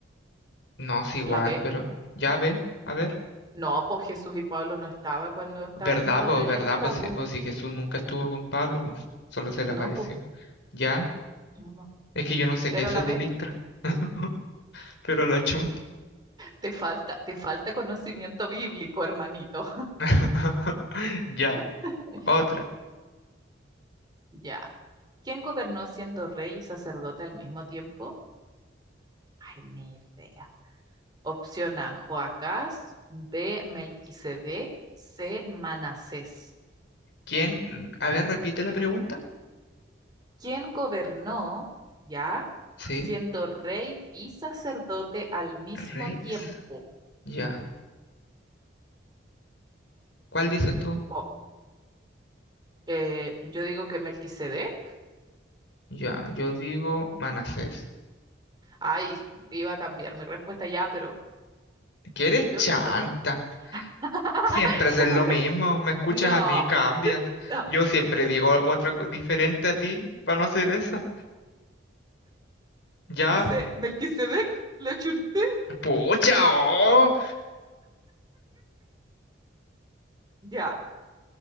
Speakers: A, on the left; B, on the right.
A: No, es igual,
B: La B.
A: pero ya ve, a ver.
B: No, pues Jesús y Pablo no estaba cuando estaban
A: ¿Verdad,
B: estos
A: po?
B: de
A: ¿Verdad,
B: Listra,
A: po? Sí,
B: pues.
A: po, si Jesús nunca estuvo con Pablo, po. Solo se le
B: No,
A: apareció.
B: pues.
A: Ya,
B: No, no.
A: es que yo no sé
B: Era
A: qué es eso
B: la
A: de
B: B.
A: Listra. <laughs> Pero la chunta.
B: Te falta, te falta conocimiento bíblico, hermanito.
A: <laughs> Ya,
B: <laughs>
A: otra.
B: Ya. ¿Quién gobernó siendo rey y sacerdote al mismo tiempo? Ay, ni idea. Opción A, Joacás, B, Melquisedec, C, Manasés.
A: ¿Quién? A ver, repite la pregunta.
B: ¿Quién gobernó, ya,
A: Sí,
B: siendo rey y sacerdote al mismo
A: Reyes.
B: tiempo?
A: Ya. ¿Cuál dices tú?
B: Jo- eh, yo digo que Melquisedec.
A: Ya, yo digo Manasés.
B: Ay, iba a cambiar mi respuesta ya, pero
A: ¿Qué eres
B: yo
A: chanta?
B: digo que Mel. <laughs>
A: Siempre haces lo mismo. Me escuchas
B: No,
A: a mí, cambias.
B: no.
A: Yo siempre digo otra co- diferente a ti para no hacer eso. Ya.
B: Dice Melquisedec, lo chunté.
A: Pucha, oh.
B: Ya.